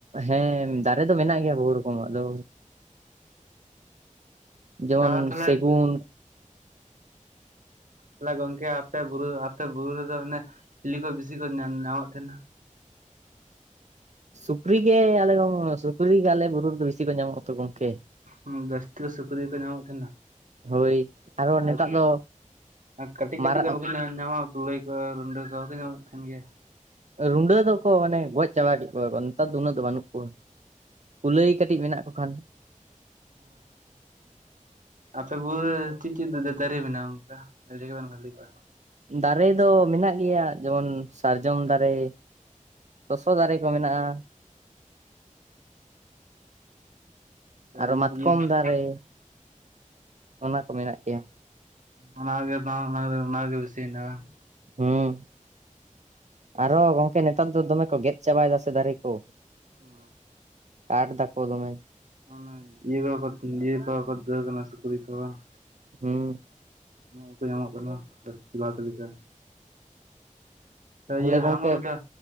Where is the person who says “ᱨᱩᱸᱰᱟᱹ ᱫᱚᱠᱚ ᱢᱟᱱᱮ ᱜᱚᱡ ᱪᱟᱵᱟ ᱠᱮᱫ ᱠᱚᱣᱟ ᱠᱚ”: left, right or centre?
Right